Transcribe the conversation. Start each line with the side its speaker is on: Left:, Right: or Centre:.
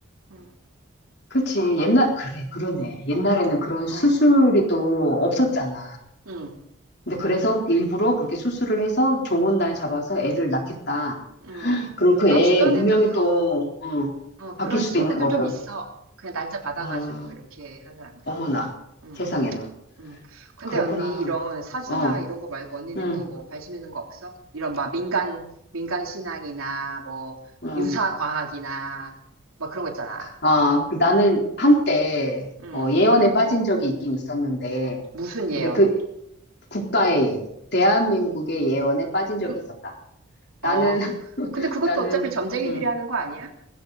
Right: 음.
Left: 그치. 옛날, 그래, 그러네. 옛날에는 그런 수술이
Right: 어,
Left: 또 없었잖아.
Right: 음,
Left: 근데 그래서 일부러 그렇게 수술을 해서 좋은 날 잡아서 애를 낳겠다.
Right: 음.
Left: 그럼 그
Right: 내
Left: 애의
Right: 주변에도
Left: 운명이 또, 어,
Right: 어,
Left: 바뀔
Right: 그런
Left: 수도
Right: 친구들
Left: 있는 거고.
Right: 좀 있어. 그냥 날짜 받아가지고
Left: 어,
Right: 이렇게 한 사람들.
Left: 어머나.
Right: 음.
Left: 세상에나.
Right: 음. 근데
Left: 그렇구나.
Right: 언니 이런 사주나
Left: 어,
Right: 이런 거 말고 언니는
Left: 응
Right: 또 뭐 관심 있는 거 없어? 이런 막 민간 민간 신앙이나 뭐
Left: 응
Right: 유사 과학이나 막 그런 거 있잖아.
Left: 아, 그 나는 한때
Right: 음.
Left: 어, 예언에 빠진 적이 있긴 있었는데,
Right: 무슨 예언?
Left: 근데 그 국가의 예언, 대한민국의 예언에 빠진
Right: 음,
Left: 적이 있었다.
Right: 어,
Left: 나는,
Right: 그,
Left: <laughs>
Right: 근데 그것도
Left: 나는,
Right: 어차피 점쟁이들이
Left: 음,
Right: 하는 거 아니야?